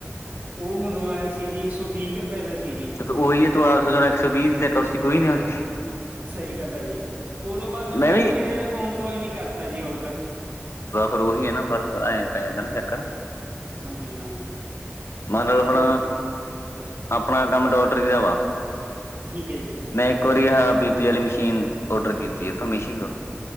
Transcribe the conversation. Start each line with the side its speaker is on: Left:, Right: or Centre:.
Right: ਉਹ ਮੰਗਵਾਇਆ ਸੀ ਜੀ, ਇੱਕ ਸੌ ਵੀਹ ਕੁ ਰੁਪਏ ਦਾ ਸੀ ਜੀ।
Left: ਉਹੀ ਐ ਤੂੰ ਆਪ ਸੋਚ ਹੁਣ ਇੱਕ ਸੌ ਵੀਹ ਦੀ ਤ ਕੁਰਸੀ ਕੋਈ ਨੀ ਅਉਦੀ।
Right: ਸਹੀ ਗੱਲ ਐ ਜੀ, ਉਦੋਂ ਬਸ ਉਹਨਾਂ
Left: ਵੀ
Right: ਨੇ ਮੇਰੇ ਆਲੇ ਫੋਨ ਤੋਂ ਐਵੇਂ ਕਰਤਾ ਜੀ ਓਡਰ।
Left: ਬ ਫਿਰ ਉਹੀ ਐ ਨਾ ਫਰਕ ਐਂ ਪੈ ਜਾਂਦਾ ਨਾ ਚੱਕਰ।
Right: ਹਾਂਜੀ ਹਾਂ
Left: ਮਨ ਲੳ ਹੁਣ
Right: ਤੇ ਹਾਂਜੀ
Left: ਆਪਣਾ ਕੰਮ ਟੋਟਰੀ ਦਾ ਵਾ।
Right: ਠੀਕ ਐ ਜੀ।
Left: ਮੈਂ ਇੱਕ ਵਾਰੀ ਆ ਬੀ ਪੀ ਵਾਲੀ ਮਸ਼ੀਨ ਔਡਰ ਕੀਤੀ ਇਥੋਂ ਮਿਸ਼ੀ ਤੋਂ।